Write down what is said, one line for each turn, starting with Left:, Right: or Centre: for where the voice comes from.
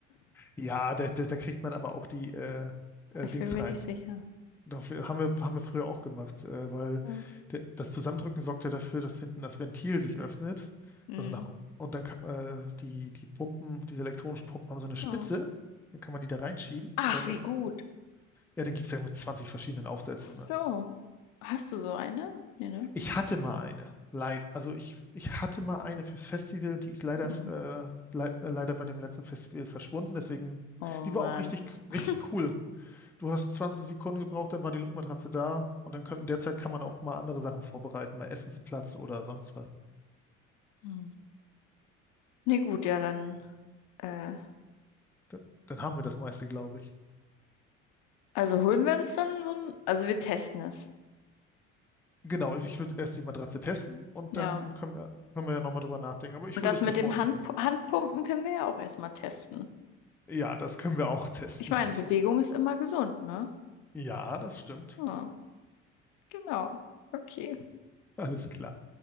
Centre: Ja, da, da, da kriegt man aber auch die äh, äh,
Left: Ich
Centre: Dings
Left: bin mir
Centre: rein,
Left: nicht sicher.
Centre: Doch, wir, haben wir, haben wir früher auch gemacht, äh, weil
Left: Ja.
Centre: der, das Zusammendrücken sorgt ja dafür, dass hinten das Ventil sich öffnet.
Left: Hm.
Centre: Also nach, und dann ka- äh, die, die Pumpen, diese elektronischen Pumpen haben so eine Spitze.
Left: Ja.
Centre: Dann kann man die da reinschieben
Left: Ach,
Centre: und dann
Left: wie
Centre: öffnen.
Left: gut.
Centre: Ja, da gibt es ja mit 20 verschiedenen Aufsätzen.
Left: Ach so.
Centre: Ne?
Left: Hast du so eine? Nee, ne?
Centre: Ich hatte mal eine. Leid, also ich, ich hatte mal eine fürs Festival und die ist leider,
Left: Hm.
Centre: äh, lei- äh, leider bei dem letzten Festival verschwunden. Deswegen,
Left: Oh Mann.
Centre: die war auch richtig,
Left: <laughs>
Centre: richtig cool. Du hast 20 Sekunden gebraucht, dann war die Luftmatratze da und dann könnten derzeit kann man auch mal andere Sachen vorbereiten, mal Essensplatz oder sonst was.
Left: Hm. Nee, gut, ja, dann. Äh,
Centre: Da- Dann haben wir das meiste, glaube ich.
Left: also holen wir uns dann so ein. Also wir testen es.
Centre: Genau, ich würde erst die Matratze testen und
Left: Ja.
Centre: dann können, wir- können wir ja nochmal drüber nachdenken. Aber ich
Left: Und
Centre: würde
Left: das
Centre: es
Left: mit
Centre: bevorzugen.
Left: dem Hand, Handpumpen können wir ja auch erstmal testen.
Centre: Ja, das können wir auch testen.
Left: Ich meine,
Centre: <laughs>
Left: Bewegung ist immer gesund, ne?
Centre: Ja, das stimmt.
Left: Ja, genau. Okay.
Centre: Alles klar.